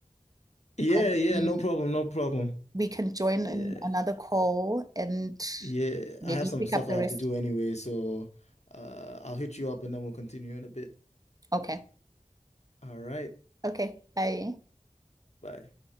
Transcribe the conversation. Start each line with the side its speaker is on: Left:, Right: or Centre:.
Left: Yeah,
Right: Um,
Left: yeah, no problem, no problem.
Right: We can join in
Left: Yeah,
Right: another call and
Left: yeah.
Right: maybe
Left: I have some
Right: pick
Left: stuff
Right: up the
Left: I have
Right: rest.
Left: to do anyway, so uh, I'll hit you up and then we'll continue in a bit.
Right: Okay.
Left: All right.
Right: Okay. Bye.
Left: Bye.